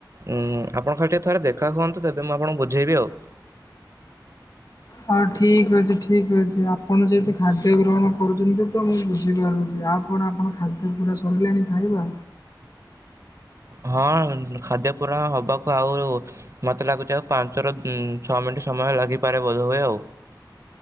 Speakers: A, on the right; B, on the left.
A: ଉଁ ଆପଣ ଖାଲି ଟିକେ ଥରେ ଦେଖା ହୁଅନ୍ତୁ ତେବେ ମୁଁ ଆପଣଙ୍କୁ ବୁଝେଇବି ଆଉ।
B: ହଉ ଠିକ୍ ଅଛି ଠିକ୍ ଅଛି ଆପଣ ଯେହେତୁ ଖାଦ୍ୟ ଗ୍ରହଣ କରୁଚିନ୍ତିତ ମୁଁ ବୁଝିପାରୁଚି ଆପ୍ କଣ ଆପଣ ଖାଦ୍ୟ ପୁରା ସରିଲାଣି ଖାଇବା?
A: ହଁ ଉଁ ଖାଦ୍ୟ ପୂରଣ ହବାକୁ ଆଉ ମତେ ଲାଗୁଚି ଆଉ ପାଞ୍ଚରୁ ଉଁ ଛଅ ମିଣ୍ଟି ସମୟ ଲାଗିପାରେ ବୋଧୁଏ ଆଉ।